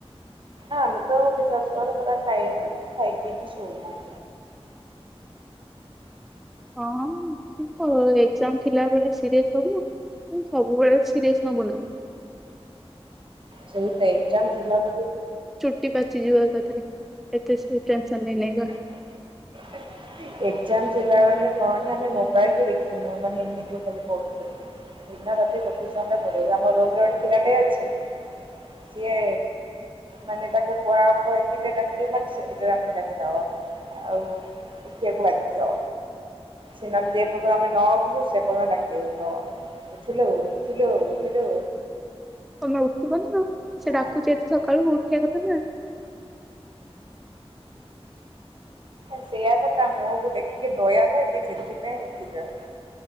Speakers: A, on the right; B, in the centre.
A: ଆମେ ତ ବିଶ୍ଵାସ କର ପୁରା ଖାଇବା ଖାଇ ପିଇକି ଶୁଣୁଛୁ।
B: ହଁଁ ତୁତ ଏଜାମ ଥିଲାବେଳେ ସିରିଏସ୍ ହବୁ ତୁ ସବୁବେଳେ ସିରିୟସ୍ ନବୁ ନା।
A: ସେଇତ ଏଜାମ ଥିଲା ବୋଲିକି
B: ଛୁଟି ପାଚି ଯିବ ଏକାଥରେ ଏତେ <unintelligible> ନେଇ ନେଇ କା।
A: <unintelligible> ଏଜାମ ଥିଲା ବୋଲି କହନା ମୁଁ ମୋବାଇଲବି ଦେଖିନି ମାନେ ଏମତି ଖାଲି ପଢ଼ୁଥିଲି। ଦିନ ରାତି ଚବିଶ ଘଣ୍ଟା ପଡିବ ଆମ ରୁମରେ ଗୋଟେ ପିଲାଟେ ଅଛି ସିଏ ମାନେ ତାକୁ କଖ ଏତିକି ଡାକିବୁ ମାନେ ସିଏ <unintelligible> ଡାକିଦେବା ଆଉ ଉଠିବାକୁ ବାଧ୍ୟ। ସେ ନହେଲେ ଯେ ପର୍ଯ୍ୟନ୍ତ ଆମେ ନ ଉଠିଛୁ ସେର୍ଯ୍ୟନ୍ତ ଡାକିବ ଉଠ। ଉଠିଲୁ ଉଠିଲୁ ଉଠିଲୁ
B: ତମେ ଉଠିବନି ଆଉ ସେ ଡାକୁଚି
A: ଆଉ
B: ଏତେ ସକାଳୁ ଉଠିବା କଥା ନା।
A: ସେଇୟା ପା ତା ମୁଁହ କୁ ଦେଖିକି ଦୟା ଲାଗେ ସେଥିପାଇଁ ଉଠିଯାଉ।